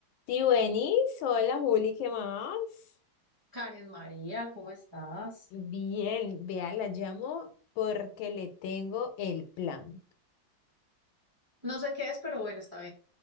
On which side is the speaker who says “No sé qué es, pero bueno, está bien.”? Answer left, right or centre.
Right